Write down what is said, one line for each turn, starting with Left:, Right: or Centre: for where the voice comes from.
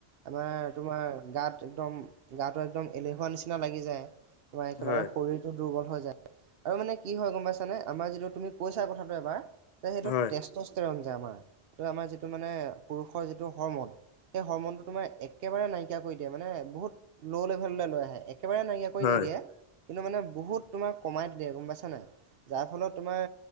Right: আমাৰ তোমাৰ গাত একদম গাটো একদম এলেহুৱা নিচিনা লাগি যায় তোমাৰ একেবাৰে
Left: হয়,
Right: শৰীৰ টো দুৰ্বল হৈ যায় আৰু মানে কি হয় গম পাইছানে আমাৰ যিটো তুমি কৈছা কথাটো এবাৰ সেইটো
Left: হয়,
Right: তেষ্ট স্তৰণ যে আমাৰ সেইটো আমাৰ যিটো মানে পুৰুষৰ যিটো হৰৰ্মন সেই হৰমনটো তোমাৰ একেবাৰে নাইকিয়া কৰি দিয়ে মানে বহুত ল' লেভেললে লৈ আহে একেবাৰে নাইকিয়া কৰি
Left: হয়,
Right: নিদিয়ে কিন্তু মানে বহুত তোমাৰ কমাই দিলে গম পাইছা নাই যাৰ ফলত তোমাৰ